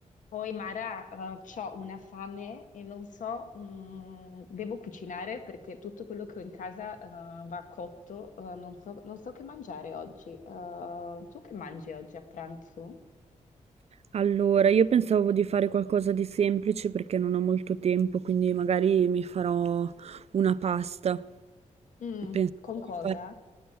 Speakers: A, on the left; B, on the right.
A: Poi Mara, eh, ho una fame e non so, mm, devo cucinare perché tutto quello che ho in casa, eh, va cotto, eh, non so, non so che mangiare oggi. Eh, tu che mangi oggi a pranzo?
B: Allora, io pensavo di fare qualcosa di semplice perché non ho molto tempo, quindi magari mi farò una pasta.
A: Mm,
B: Pensavo
A: con cosa?
B: di fare